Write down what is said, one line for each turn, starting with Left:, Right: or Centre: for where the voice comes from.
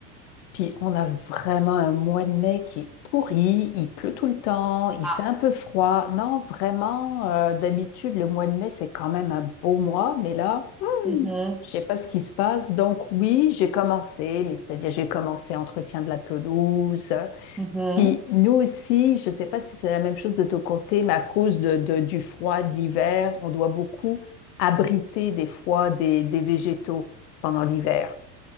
Left: Puis on a vraiment un mois de mai qui est pourri, il pleut tout le temps, il
Centre: Ah,
Left: fait un peu froid. Non, vraiment, euh, d'habitude, le mois de mai, c'est quand même un beau mois, mais là,
Centre: Mhm,
Left: je sais pas ce qui se passe. Donc oui, j'ai commencé, mais c'est-à-dire j'ai commencé entretien de la pelouse.
Centre: mhm.
Left: Puis nous aussi, je sais pas si c'est la même chose de ton côté, mais à cause de, de- du froid, de l'hiver, on doit beaucoup abriter des fois des, des végétaux pendant l'hiver.